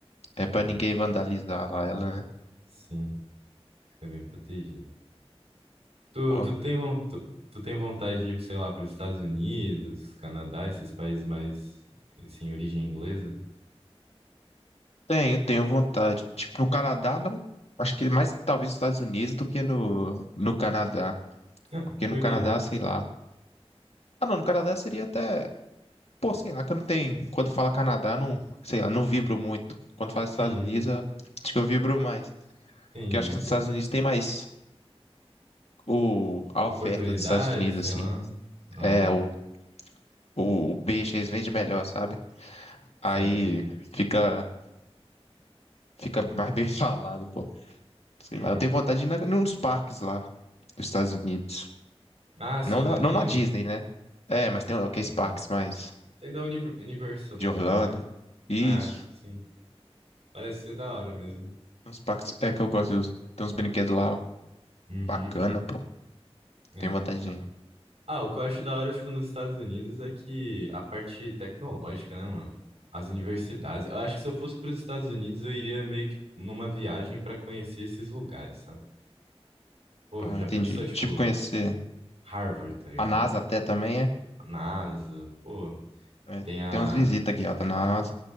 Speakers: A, on the left (about 75°); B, on the right (about 80°).
A: É pra
B: Ah,
A: ninguém vandalizar lá ela, né?
B: sim, fica bem protegido. Tu,
A: Pô,
B: tu tem von- tu, tu tem vontade de ir, sei lá, para os Estados Unidos, Canadá, esses países mais, assim, origem inglesa?
A: tenho, tenho vontade. Tipo, no Canadá, não. Acho que mais talvez nos Estados Unidos do que no, no Canadá.
B: Ah,
A: Porque
B: por
A: no Canadá,
B: quê?
A: sei lá. Ah, não, no Canadá seria até. Pô, sei lá, que eu não tenho. Quando fala Canadá, não. Sei lá, não vibro muito. Quando fala Estados
B: Entendi,
A: Unidos, eu- acho que eu vibro mais.
B: entendi.
A: Porque eu acho que nos Estados Unidos tem mais o... a
B: Oportunidade,
A: oferta dos Estados Unidos,
B: sei
A: assim.
B: lá. Aham,
A: É, o, o... o peixe, eles vendem melhor, sabe? Aí
B: saquei.
A: fica. Fica mais bem <laughs> falado, pô. Sei
B: Uhum.
A: lá, eu tenho vontade de ir na... nos parques lá dos Estados Unidos.
B: Ah, sim,
A: Não na...
B: né? Tem,
A: não na Disney, né? É, mas tem aqueles
B: aham.
A: parques mais
B: Tem da Uni- Universal
A: de
B: também,
A: Orlando.
B: né?
A: Isso.
B: Ah, sim. Parece ser da hora mesmo.
A: Uns pactos. É que eu gosto de ter uns brinquedos lá
B: Uhum.
A: bacana, pô.
B: É.
A: Tenho vontade de. ir.
B: Ah, o que eu acho da hora, tipo, nos Estados Unidos é que a parte tecnológica, né, mano? As universidades. Eu acho que se eu fosse para os Estados Unidos, eu iria meio que numa viagem para conhecer esses lugares, sabe? Pô,
A: Ah,
B: já
A: entendi.
B: pensou, tipo,
A: Tipo, conhecer
B: Harvard, tá ligado?
A: a NASA até também, é?
B: A NASA, pô,
A: É,
B: tem a
A: Tem umas visitas guiadas na NASA.